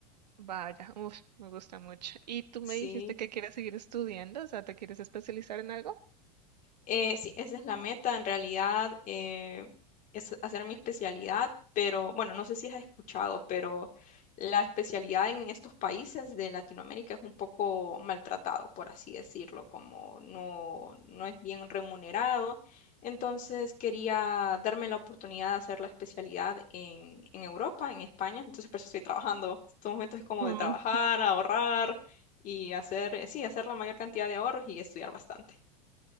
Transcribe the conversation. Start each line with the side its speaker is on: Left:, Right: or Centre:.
Right: Vaya, uf, me gusta mucho. ¿Y tú me
Left: Sí,
Right: dijiste que quieres seguir estudiando? O sea, ¿te quieres especializar en algo?
Left: eh, sí, esa es la meta en realidad, eh, es hacer mi especialidad, pero bueno, no sé si has escuchado, pero la especialidad en estos países de Latinoamérica es un poco maltratado, por así decirlo, como no, no es bien remunerado. Entonces quería darme la oportunidad de hacer la especialidad en, en Europa, en España, entonces por eso estoy trabajando. estos momentos es como
Right: wow.
Left: de trabajar, ahorrar y hacer, eh, sí, hacer la mayor cantidad de ahorros y estudiar bastante.